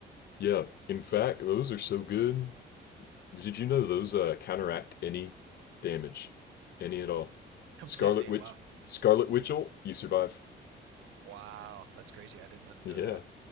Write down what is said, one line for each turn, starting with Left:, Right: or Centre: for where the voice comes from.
Left: yeah. In fact, those are so good. Did you know those uh, counteract any damage, any at all?
Right: Completely.
Left: Scarlet Witch,
Right: Wow.
Left: Scarlet Witchel, you survive.
Right: Wow, that's crazy. I didn't
Left: Yeah.
Right: know that.